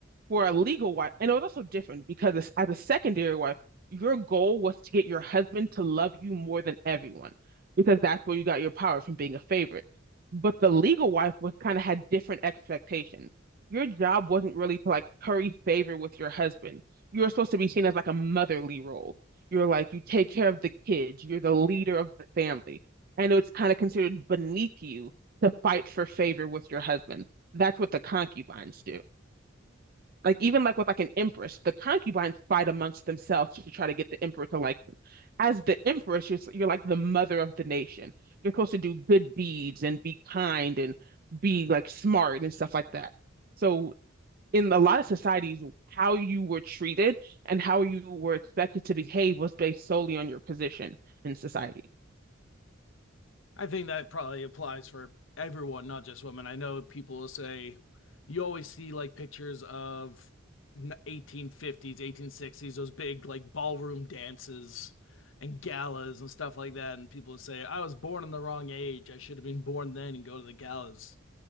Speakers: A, on the right; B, on the left.
A: for a legal wife, and it was also different because as as a secondary wife, your goal was to get your husband to love you more than everyone, because that's where you got your power from being a favorite. But the legal wife was kind of had different expectations. Your job wasn't really to like curry favor with your husband. You were supposed to be seen as like a motherly role. You're like you take care of the kids. You're the leader of the family. I know it's kind of considered beneath you to fight for favor with your husband. That's what the concubines do like even like with like an empress, the concubines fight amongst themselves to try to get the emperor to like them. As the empress, you're you're like the mother of the nation. You're supposed to do good deeds and be kind and be like smart and stuff like that. So in a lot of societies, how you were treated and how you were expected to behave was based solely on your position in society.
B: I think that probably applies for everyone, not just women. I know people will say you always see like pictures of 1850s, 1860s, those big like ballroom dances and galas and stuff like that. And people will say, I was born in the wrong age. I should have been born then and go to the galas.